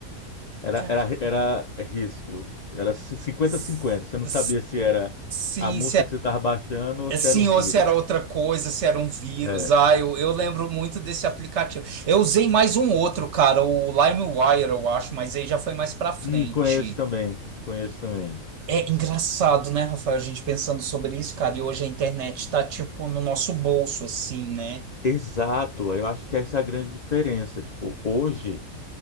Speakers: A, on the left; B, on the right.
A: Era,
B: Cara,
A: era, era é risco. Era 50
B: s-
A: cinquenta Você não
B: s-
A: sabia se era
B: sim,
A: a música que você estava baixando ou
B: Assim,
A: se era um vírus.
B: ou se era outra coisa, se era um vírus.
A: É.
B: Ah, eu, eu lembro muito desse aplicativo. Eu usei mais um outro, cara, o LimeWire, eu acho, mas aí já foi mais pra frente.
A: Hum, conheço também. Conheço também.
B: É engraçado, né, Rafael, a gente pensando sobre isso, cara, e hoje a internet tá, tipo, no nosso bolso, assim, né?
A: Exato. Eu acho que essa é a grande diferença. Tipo, hoje,